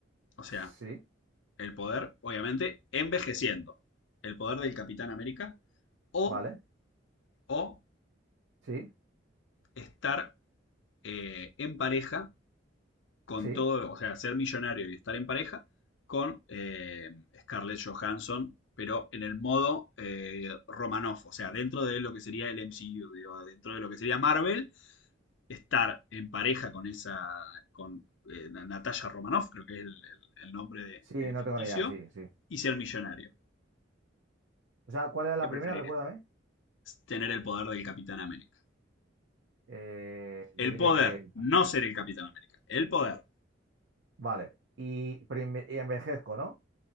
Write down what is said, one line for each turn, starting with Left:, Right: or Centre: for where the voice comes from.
Left: O sea,
Right: Sí.
Left: el poder, obviamente, envejeciendo. El poder del Capitán América o
Right: Vale.
Left: o
Right: Sí.
Left: estar eh, en pareja con
Right: Sí.
Left: todo, o sea, ser millonario y estar en pareja con eh, Scarlett Johansson, pero en el modo eh, Romanoff, o sea, dentro de lo que sería el MCU, digo, dentro de lo que sería Marvel, estar en pareja con esa, con eh, Natasha Romanoff, creo que es el, el- el nombre de,
Right: Sí,
Left: de
Right: no
Left: ficticio,
Right: tengo ni idea. Sí, sí.
Left: y ser millonario.
Right: O sea, ¿cuál era la
Left: ¿Qué preferirías?
Right: primera? Recuérdame.
Left: Tener el poder del Capitán América.
Right: Eh,
Left: El
Right: yo diría
Left: poder,
Right: que,
Left: no ser el Capitán América. El poder.
Right: vale, y, pero enve- y envejezco, ¿no?